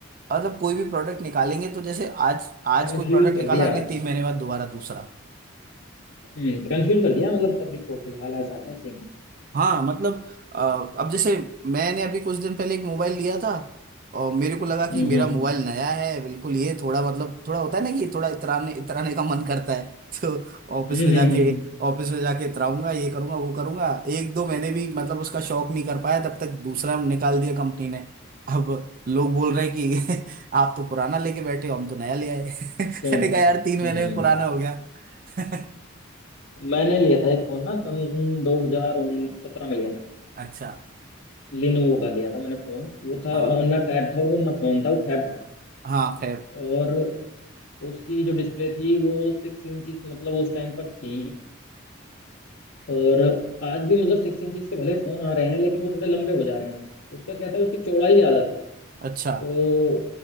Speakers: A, on the right; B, on the left.
A: मतलब कोई भी प्रोडक्ट निकालेंगे तो जैसे आज आज
B: कंफ्यूज
A: कोई प्रोडक्ट निकाला
B: कर दिया
A: अगले तीन महीने बाद दोबारा दूसरा
B: हम्म कंफ्यूज कर दिया मतलब पब्लिक को फिलहाल ऐसा है सीन
A: हाँ मतलब अ, अब जैसे मैंने अभी कुछ दिन पहले एक मोबाइल लिया था और मेरे को लगा
B: हम्म
A: कि मेरा मोबाइल नया है बिल्कुल ये थोड़ा मतलब थोड़ा होता है ना कि थोड़ा इतराने इतराने का मन करता है <laughs> तो ऑफिस
B: हम्म
A: में
B: हम्म
A: जाके
B: हम्म,
A: ऑफिस में जाके इतराऊंगा ये करूंगा वो करूंगा एक दो महीने भी मतलब उसका शौक नहीं कर पाया तब तक दूसरा निकाल दिया कंपनी ने अब लोग बोल रहे हैं कि <laughs> आप तो पुराना लेके बैठे हो हम तो नया ले आए <laughs> मैंने
B: हम्म,
A: कहा
B: <laughs>
A: यार तीन महीने
B: हम्म।
A: में पुराना हो गया <laughs>
B: मैंने लिया था एक फोन ना सन दो हजार सत्रह में लिया था
A: अच्छा
B: लिनोवो का लिया था मैंने फोन वो था
A: हाँ
B: और ना टैब था वो ना फोन था वो फैब था
A: हाँ खैर
B: और उसकी जो डिस्प्ले थी वो सिक्स इंचिस मतलब उस टाइम पर थी और आज भी मतलब सिक्स इंचिस के भले फोन आ रहे हैं लेकिन वो थोड़े लंबे हो जा रहे हैं उसका क्या था उसकी चौड़ाई ज्यादा थी
A: अच्छा
B: तो